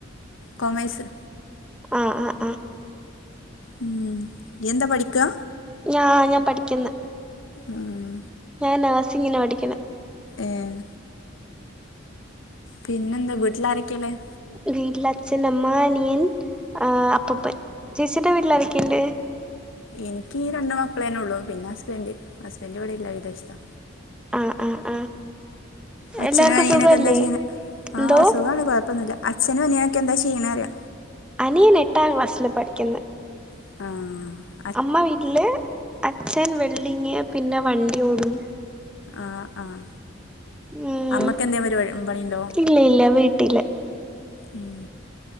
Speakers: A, on the left; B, in the centre.
A: കോമേഴ്സ്
B: ആഹ് ആഹ് ആഹ്
A: ഉം ഇയ്യെന്താ പഠിക്കാ
B: ഞാ ഞാപഠിക്യന്ന്
A: ഉം
B: ഞാൻ നേഴ് നേസിങ്ങിന് പഠിക്യുന്നേ
A: ഏഹ് പിന്നെന്താ വീട്ടില് ആരൊക്കെള്ളഅ്
B: വീട്ടിൽ അച്ഛൻ അമ്മ അനിയൻ ആ അപ്പുപ്പൻ ചേച്ചീടെ വീട്ടിലാരൊക്കെണ്ട്
A: എനിക്ക് ഈ രണ്ട് മക്കളന്നെ ഉള്ളൂ പിന്നെ അസ്ബൻ്റ് അസ്ബൻ്റ് ഇവിടെയില്ല വിദേഷ്ത്താ
B: ആ ആ ആ
A: അച്ഛനു
B: എല്ലാർക്കും
A: അനിയനൊക്കെ
B: സുഖല്ലേ
A: എന്താ ചെയ്യ് ണ്
B: എന്തോ
A: ആഹ് സുഖാണ് കൊഴപ്പൊന്നുല്ല അച്ഛനും അനിയനൊക്കെ എന്താ ചെയ്യ്ണേറിയാ
B: അനിയൻ എട്ടാം ക്ലാസ്സില് പഠിക്യുന്ന്
A: ആഹ്
B: അമ്മ വീട്ട്ല് അച്ഛൻ വെൽഡിങ് പിന്നെ വണ്ടി ഓടും
A: ആഹ് ആഹ്
B: ഉം
A: അമ്മക്കെന്തേ പരിപാടി ഉം പണിണ്ടോ
B: ഇല്ല ഇല്ല വീട്ടില്
A: ഉം